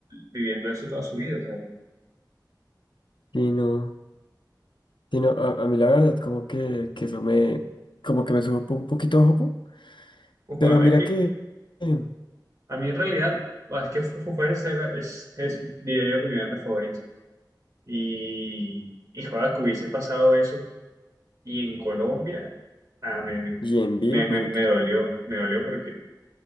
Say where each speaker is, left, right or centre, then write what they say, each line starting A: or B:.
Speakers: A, on the right; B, on the left.
A: viviendo eso toda su vida, o sea,
B: sí, no. Sí, no, a, a mí la verdad, como que, que eso me, como que me sube un po- un poquito a jopo.
A: ufa,
B: Pero mira
A: es que
B: que, eh,
A: a mí en realidad, ah, es que Foo Foo Fighters era- es, es, diría yo, que mi banda favorita, y, y joder, que hubiese pasado eso Y en Colombia, ah, me,
B: y en vivo,
A: me, me,
B: no mentira.
A: me dolió, me dolió porque,